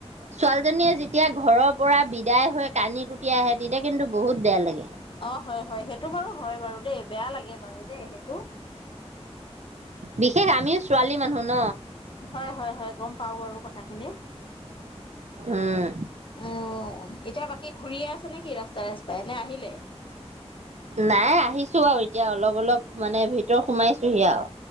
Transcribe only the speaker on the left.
অ হয় হয় সেইটো বাৰু হয় বাৰু দেই, বেয়া লাগে বাৰু দেই সেইটো।
হয় হয় হয় গম পাওঁ আৰু কথাখিনি।
অ। এতিয়া বাকী ঘূৰিয়ে আছে নেকি ৰাস্তাই ৰাস্তাই এনে আহিলে?